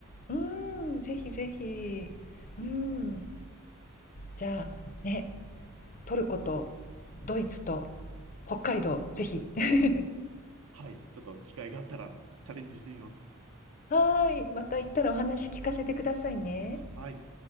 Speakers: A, on the left; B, on the right.
A: うん、ぜひぜひ。うん。じゃあ、ね、トルコとドイツと北海道、ぜひ。<laughs>
B: はい、ちょっと機会があったらチャレンジしてみます。
A: はーい、また行ったらお話聞かせてくださいね。
B: はい。